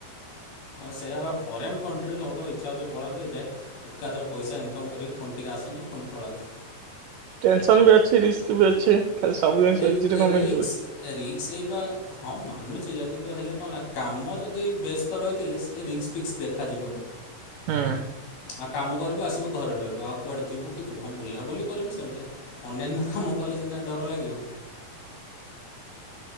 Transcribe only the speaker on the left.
ସେ ଫରେନ କଣ୍ଟ୍ରି ସବୁଠୁ ଇଚ୍ଛା ହଉଛି ପଳାନ୍ତି ଯେ ଏକାଥ୍ର ପଇସା ଇନକମ୍ କରିକି ଫୋନ୍ ଟିକେ ଆସନ୍ତୁ। ପୁଣି ପଳାନ୍ତୁ
ରିକ
ରିକସ
ରିକ୍ସ ଏଇ ବା ହଁ ମାନୁଛି। କିନ୍ତୁ ହେଲେ କଣ ହେଲା କାମ ଯଦି ବ୍ୟସ୍ତ ରହିଥିଲେ ସେ ରିକ୍ସକ ଫିକ୍ସ ଦେଖାଯିବନି।
ଆଉ କାମ କରିବୁ ଆସିବୁ ଘରେ ରହିବ ଆଉ କୁଆଡ଼େ ଯିବୁ କି ତୁ ହଁ ବୁଲାବୁଲି କରିବୁ ସେମିତି ଅନ୍ୟାନ୍ୟ କାମ କଲେ ସିନା ଡର ଲାଗିବ।